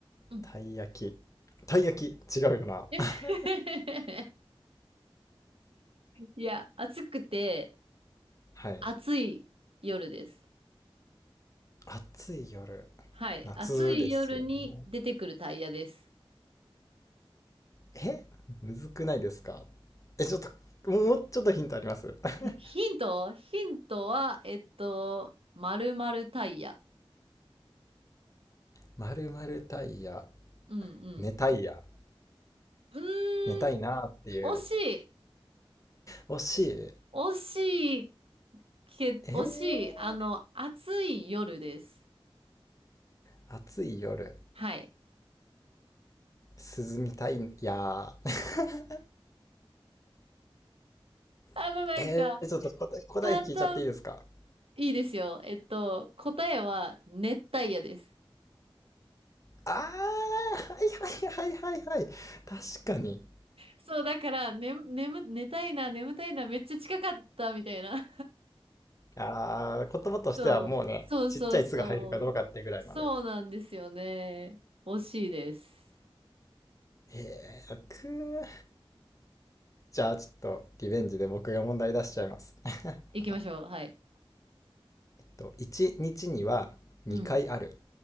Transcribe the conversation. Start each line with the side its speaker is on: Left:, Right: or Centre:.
Right: うん。
Left: たい焼き。たい焼き、違うよな。
Right: <laughs>
Left: <laughs>
Right: いや、暑くて、
Left: はい。
Right: 暑い夜です。
Left: 暑い夜。
Right: はい。
Left: 夏ですよね。
Right: 暑い夜に出てくるタイヤです。
Left: えむずくないですかえ、ちょっと、もうもうちょっとヒントあります。<laughs>
Right: えヒントヒントは、えっと、丸々タイヤ。
Left: まるまるタイヤ。
Right: うんうん。
Left: 寝たいや。
Right: うーん、
Left: 寝たいなーっていう。
Right: 惜しい。
Left: 惜しい。
Right: 惜しいけ、
Left: えー、
Right: 惜しい。あの、暑い夜です。
Left: 暑い夜。
Right: はい。
Left: 涼みたいやー。
Right: あの、
Left: <laughs>
Right: なんか、
Left: えー、ちょっと答え、答え聞いちゃっていいですか
Right: 簡単、いいですよ。えっと、答えは熱帯夜です。
Left: あー、はいはいはいはいはい。確かに。
Right: そう、だから、ね、眠、寝たいな、眠たいな、めっちゃ近かったみたいな。
Left: ああ、言葉としてはもうね、
Right: <laughs> そう、そうそうそう。
Left: ちっちゃい「つ」が入るかどうかっていうぐらいまで。
Right: そうなんですよね。惜しいです。
Left: えー、くじゃあちょっとリベンジで僕が問題出しちゃいます。<laughs>
Right: 行きましょう。
Left: また。
Right: はい。
Left: と1日にちには2回ある
Right: うん、